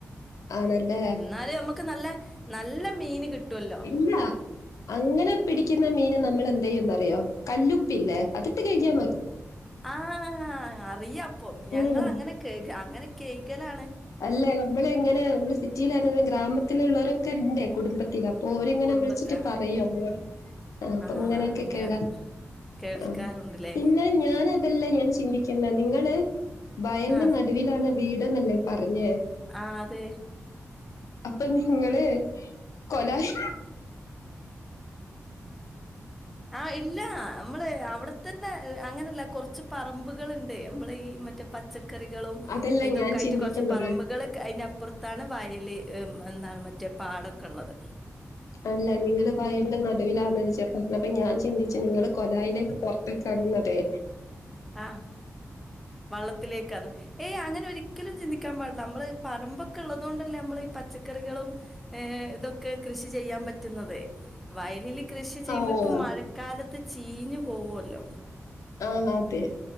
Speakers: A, on the left; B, in the centre.
A: ആണല്ലേ?
B: എന്നാലെ നമ്മുക്ക് നല്ല നല്ല മീന് കിട്ടോല്ലോ
A: ല്ല അങ്ങനെ പിടിക്കുന്ന മീന് നമ്മൾ എന്തയ്യുംന്നറിയോ കല്ലുപ്പില്ലേ അത്ട്ട്കഴികിയാ മതി
B: ആഹ് അറിയാപ്പം ഞങ്ങള്
A: ഉം.
B: അങ്ങനെ കഴ് ക അങ്ങനെ കഴ് കലാണ്
A: അല്ലേ നമ്മള് എങ്ങനെ നമ്മള് സിറ്റിയില് ആണ് ഗ്രാമത്തിലള്ളവരൊക്കെ ഉണ്ട് കുടുംബത്തില ഓരിങ്ങനെ
B: കുടുംബത്തെ
A: വിളിച്ചിട്ട്
B: ആ
A: പറയൂ നമ്മളൊട് അപ്പൊ
B: ആ
A: ഇങ്ങനെയൊക്കെ
B: അങ്ങനെ
A: കഴ് കാ
B: കേൾക്കാറുണ്ട്ല്ലേ
A: ആഹ് പിന്നെ ഞന് അതല്ല ഞാൻ ചിന്തിക്കുന്ന നിങ്ങള് വയലിന്റെ
B: ആ
A: നടുവിലാണ് വീട്ന്നല്ലേ പറഞ്ഞേ
B: ആഹ് അതെ
A: അപ്പൊ നിങ്ങളെ കൊലായി
B: ആ ഇല്ല നമ്മള് അവിടെ ത്തല്ല അങ്ങനല്ല കുറച്ച് പറമ്പുകളുണ്ട് നമ്മള ഈ മറ്റേ പച്ച ക്കറികളും
A: അതല്ല
B: ഇതൊക്കെ
A: ഞാൻ
B: ആയിട്ട്
A: ചിന്തിക്കുന്നത്.
B: കുറച്ച് പറമ്പുകള് അയിനപ്പുറ ത്താണ് വയൽ എന്താണ് മറ്റേ പാടൊക്കെ ഉള്ളത്
A: അല്ല നിങ്ങള് വയലിന്റെ നടുവിലാന്ന് ര്ച്ചാ പറഞ്ഞപ്പ ഞാൻ ചിന്തിച്ചു നിങ്ങള് കൊലായിലേക്ക് പുറത്ത് കാടന്നതെ
B: ആഹ് വള്ളത്തിലേക്കാന്ന് ഏയ് അങ്ങനെ ഒരിക്കലും ചിന്തിക്കാൻ പാടില്ല നമ്മള് പറമ്പൊക്കെ ഉള്ളതുക കൊണ്ടല്ലേ നമ്മള ഈ പച്ചക്കറികളും ഏ ഇതൊക്കെ കൃഷി ചെയ്യാൻ പ റ്റുന്നതെ വയലില് കൃഷി ചെയ്യുമ്പം
A: ഓഹ്
B: ഇപ്പം മഴക്കാലത്ത് ചീഞ്ഞു പോവല്ലോ
A: ആന്ന് അതെ